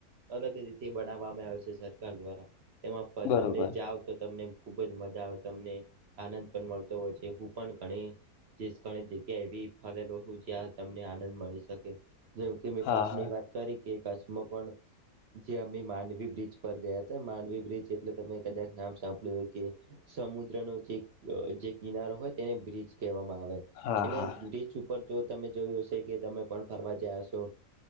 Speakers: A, on the right (about 60°); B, on the left (about 65°).
A: અલગ રીતે બનાવવામાં આવે છે સરકાર દ્વારા. તેમાં પ
B: બરોબર
A: તમને જાવ તો તમને ખુબ જ મજા આવે, તમને આનંદ પણ મળતો હોય છે. હું પણ ઘણી જે સ્કળે જગ્યા એવી ફરેલો હુ, જ્યાં તમને આનંદ મળી શકે. જેઉં કે મે
B: હા
A: કચ્છની
B: હા
A: વાત કરી કે કચ્છમાં પણ જે અમે માંડવી બ્રિજ પર ગયા તા માંડવી બ્રિજ, એટલે તમે કદાક નામ સાંભળ્યું હોય કે સમુદ્રનો જે અહ જે કિનારો હોય તેને બ્રિજ કહેવામાં આવે.
B: હા
A: એટલે
B: હા
A: બીચ ઉપર તો તમે જોયું હશે કે તમે પણ ફરવા જયા હશો,